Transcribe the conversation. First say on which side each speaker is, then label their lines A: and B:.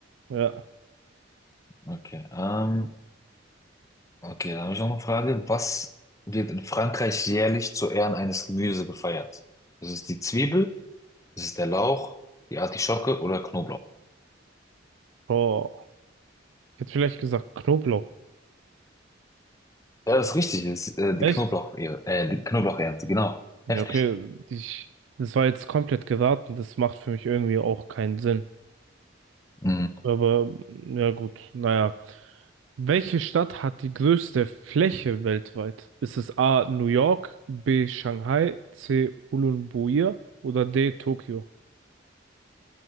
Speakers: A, on the right (about 80°); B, on the left (about 15°).
A: Ja.
B: Okay, ähm, Okay, dann habe ich noch eine Frage. Was wird in Frankreich jährlich zu Ehren eines Gemüses gefeiert? Das ist die Zwiebel, das ist der Lauch, die Artischocke oder Knoblauch.
A: Oh, ich hätte vielleicht gesagt Knoblauch.
B: Ja, das ist richtig, das ist, äh, die
A: Echt?
B: Knoblauch, äh, die Knoblauchernte, genau.
A: Ja,
B: Heftig.
A: Okay, ich, das war jetzt komplett geraten. Das macht für mich irgendwie auch keinen Sinn.
B: Mhm.
A: Aber ja gut, naja. Welche Stadt hat die größte Fläche weltweit? Ist es A. New York, B. Shanghai, C. Ulaanbaatar oder D. Tokio?